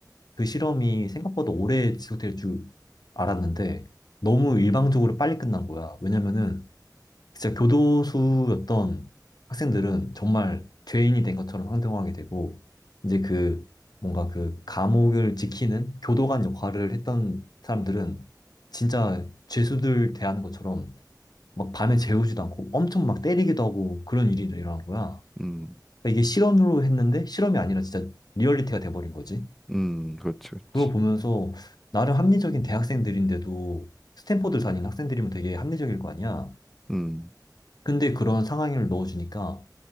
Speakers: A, on the left; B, in the centre.
A: 그 실험이 생각보다 오래 지속될 줄 알았는데 너무 일방적으로 빨리 끝난 거야. 왜냐면은 진짜 교도소였던 학생들은 정말 죄인이 된 것처럼 행동하게 되고 이제 그 뭔가 그 감옥을 지키는 교도관 역할을 했던 사람들은 진짜 죄수들 대하는 것처럼 막 밤에 재우지도 않고 엄청 막 때리기도 하고 그런 일이 일어난 거야.
B: 음,
A: 그러니까 이게 실험으로 했는데 실험이 아니라 진짜 리얼리티가 돼버린 거지.
B: 음, 그렇지, 그렇지.
A: 그걸 보면서 나름 합리적인 대학생들인데도 스탠퍼드를 다니는 학생들이면 되게 합리적일 거 아니야.
B: 음,
A: 근데 그런 상황을 넣어주니까